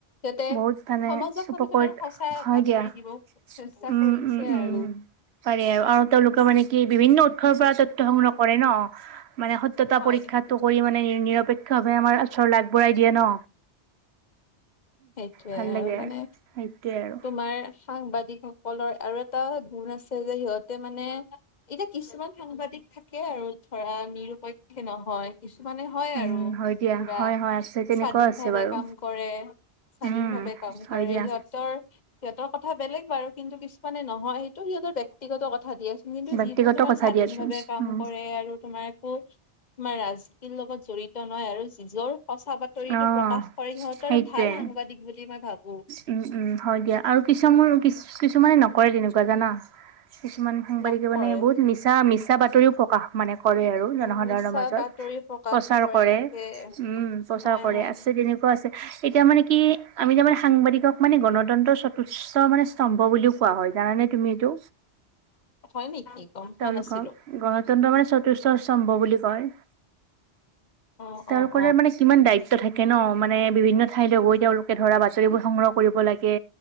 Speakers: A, on the left; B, on the right.
A: যাতে
B: বহুত মানে
A: সমাজক
B: উপকৃত
A: মানে তোমাৰ সঁচা
B: হয়
A: বাতৰি
B: দিয়া।
A: দিব চেষ্টা
B: উম,
A: কৰিছে
B: উম, উম।
A: আৰু
B: পাৰে আৰু আৰু তেওঁলোকে মানে কি বিভিন্ন পৰা তথ্য সংগ্ৰহ কৰে ন মানে সত্যতাৰ
A: হয়
B: পৰীক্ষাত, তো কৰি মানে নিৰপেক্ষ ভাৱে আমাৰ ওচৰ আগবঢ়াই দিয়ে ন।
A: সেইটোৱে
B: ভাল লাগে
A: আৰু মানে
B: সেইটোৱে আৰু
A: তোমাৰ সাংবাদিক সকলৰ আৰু এটা গুণ আছে যে সিহঁতে মানে, এতিয়া কিছুমান সাংবাদিক থাকে আৰু ধৰা নিৰপেক্ষ নহয়। কিছুমানে হয় আৰু
B: উম, হয় দিয়া
A: পুৰা
B: হয়, হয় আছে তেনেকুৱা
A: স্বাধীন
B: আছে
A: ভাৱে
B: বাৰু
A: কাম কৰে। স্বাধীন
B: উম।
A: ভাৱে কাম
B: হয়
A: কৰে
B: দিয়া
A: সিহঁতৰ। সিহঁতৰ কথা বেলেগ বাৰু কিন্তু কিছুমানে নহয় সেইটো সিহঁতৰ ব্যক্তি ব্যক্তিগত কথা দিয়া আছিল কিন্তু
B: ব্যক্তিগত
A: যিবোৰ তোমাৰ
B: কথা
A: স্বাধীন
B: দিয়াচোন
A: ভাৱে কাম
B: উম,
A: কৰে আৰু তোমাৰ একো তোমাৰ ৰাজনীতিৰ লগত জড়িত নহয় আৰু যিজৰ সঁচা বাতৰিতটো
B: অ'।
A: প্ৰকাশ কৰে সিহঁতৰ
B: সেইটোৱে
A: আৰু ভাল সাংবাদিক বুলি মই ভাবোঁ।
B: উম উম হয় দিয়া আৰু কিছুমান কি কিছুমানে নকৰে তেনেকুৱা জানা কিছুমান সাংবাদিকে
A: নকৰে
B: মানে বহুত মিছা মিছা বাতৰিও প্ৰকাশ মানে কৰে আৰু জনসাধাৰণৰ
A: অ, মিছা
B: মাজত
A: বাতৰি প্ৰকাশ
B: প্ৰচাৰ কৰে
A: তাকে
B: উম প্ৰচাৰ
A: হয়
B: কৰে
A: হয়
B: আছে তেনেকুৱা আছে এতিয়া মানে কি আমি তাৰ মানে সাংবাদিকক মানে গণতন্ত্ৰৰ সতুষ মানে স্তম্ভ বুলিও কোৱা হয় জানে তুমি এইটো
A: হয় নেকি। গম পোৱা
B: তেওঁলোকক
A: নাছিলো
B: গণতন্ত্ৰ মানে চতুৰ্থ স্তম্ভ বুলি কয়।
A: অ
B: তেওঁলোকৰে
A: অ,
B: মানে কিমান দায়িত্ব থাকে ন মানে বিভিন্ন ঠাইলৈ গৈ তেওঁলোকে ধৰা বাতৰিবোৰ সংগ্ৰহ কৰিব লাগে।